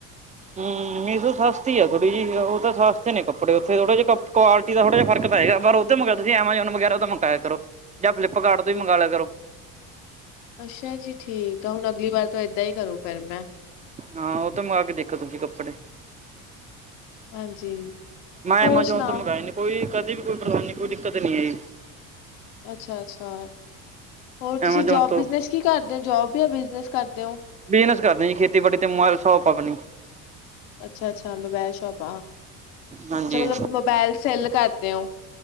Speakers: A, on the right; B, on the left.
A: ਹਮ, ਮਿਸ਼ੋ ਸਸਤੀ ਆ ਥਿੜ੍ਹੀ ਜਹੀ ਉਹ ਤਾਂ ਸਸਤੇ ਨੇ ਕੱਪੜੇ ਉੱਥੇ ਥੋੜ੍ਹਾ ਕੁਆਲਟੀ ਦਾ ਥੋ੍ੜਾ ਜਿਹਾ ਫਰਕ ਹੈਗਾ, ਮੰਗਇਓ ਤੁਸੀਂ ਐਮਾਜ਼ੋਨ ਵਗੈਰਾ ਤੋਂ ਮੰਗਵਾਇਆ ਕਰੋ ਜਾਂ ਫਲਿੱਪਕਾਰਟ ਤੋਂ ਹੀ ਮੰਗਵਾ ਲਿਆ ਕਰੋ।
B: ਅੱਛਾ ਜੀ ਠੀਕ ਆ ਹੁਣ ਅਗਲੀ ਵਾਰ ਤੋਂ ਏਦਾਂ ਹੀ ਕਰੋ ਫੇਰ ਮੈਂ।
A: ਹਾਂ ੳਥੋ ਮੰਗਵਾ ਕੇ ਦੇਖੋ ਤੁਸੀਂ ਕੱਪੜੇ,
B: ਹਾਂਜੀ
A: ਮੈਂ
B: ਹੋਰ
A: ਐਮਾਜੋਨ
B: ਸੁਣਾਓ
A: ਤੋ ਮੰਗਾਏ ਨੇ, ਕੋਈ ਕਦੇ ਵੀ ਕੋਈ ਪਰੇਸ਼ਾਨੀ ਕੋਈ ਦਿੱਕਤ ਨਹੀ ਆਈ,
B: ਅੱਛਾ ਅੱਛਾ ਹੋਰ ਤੁਸੀਂ,
A: ਐਮਾਜੋਨ
B: ਜੋਬ
A: ਤੋਂ
B: ਬਿਜਨਸ ਕੀ ਕਰਦੇ ਹੋ ਜੋਬ ਜਾਂ ਬਿਜਨਸ ਕਰਦੇ ਹੋ,
A: ਬਿਜਨਸ ਕਰਦੇ ਜੀ ਖੇਤੀਬਾੜੀ ਤੇ ਮੋਲ ਸੋਪ ਆਪਣੀ,
B: ਅੱਛਾ ਅੱਛਾ ਮੋਬਾਇਲ ਸ਼ੋਪ ਆ ਅੱਛਾ
A: ਹਾਂਜੀ।
B: ਮਤਲਬ ਮੋਬਾਇਲ ਸੈਲ ਕਰਦੇ ਹੋ,